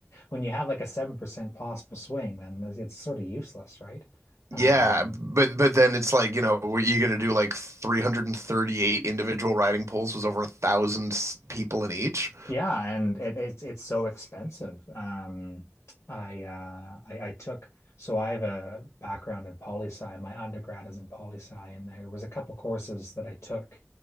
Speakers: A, on the left (about 80°); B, on the right (about 85°).
A: when you have like a 7% possible swing, then it's sort of useless, right?
B: Yeah,
A: Um,
B: but but then it's like, you know, what you gonna do like 338 individual riding polls was over a thousand people in each.
A: yeah, and it, it's it's so expensive. Um, I, uh, I I took so I have a background in poli sci. My undergrad is in poli sci, and there was a couple courses that I took.